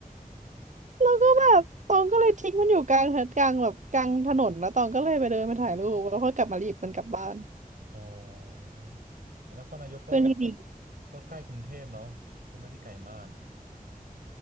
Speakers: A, on the right (about 55°); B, on the right (about 75°).
A: แล้วก็แบบตองก็เลยทิ้งมันอยู่กลางกลางแบบกลางถนนแล้วตองก็เลยไปเดินไปถ่ายรูปแล้วก็กลับมาหยิบมันกลับบ้าน
B: อ๋อแต่นครนายกก็
A: เพื่อนที่ดี
B: ก็ใกล้กรุงเทพเนาะก็ไม่ได้ไกลมาก